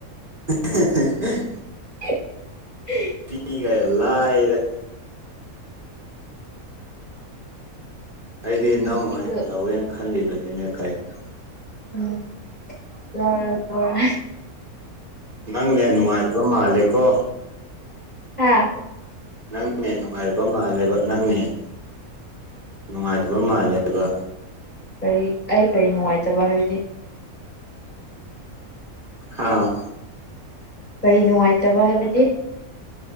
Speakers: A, on the right; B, on the left.
A: <unintelligible>
B: <unintelligible>
A: ꯇꯤꯒꯔ ꯂꯑꯔ ꯑꯩꯗꯤ ꯅꯪ ꯑꯣꯏꯅ
B: ꯑꯩꯁꯨ
A: ꯂꯧꯋꯦꯅ ꯈꯜꯂꯤꯕꯅꯤꯅꯦ ꯀꯩꯅꯣ
B: ꯎꯝ ꯂꯧꯔ ꯂꯧꯔ꯫
A: ꯅꯪ ꯅ‌ꯦꯠ ꯅꯨꯡꯉꯥꯏꯗꯕ ꯃꯥꯜꯂꯦꯀꯣ꯫
B: ꯍꯥꯥ
A: ꯅꯪ ꯅꯦꯠ ꯅꯨꯡꯉꯥꯏꯔꯤꯕ ꯃꯥꯜꯂꯦꯕ ꯅꯪ ꯅꯦꯠ ꯅꯨꯡꯉꯥꯏꯇꯕ ꯃꯥꯜꯂꯦꯕ꯫
B: ꯀꯔꯤ ꯑꯩ ꯀꯔꯤ ꯅꯨꯡꯉꯥꯏꯇꯕ ꯍꯥꯏꯕꯗꯤ꯫
A: ꯍꯥꯥ꯫
B: ꯀꯔꯤ ꯅꯨꯡꯉꯥꯏꯇꯕ ꯍꯥꯏꯕꯗꯤ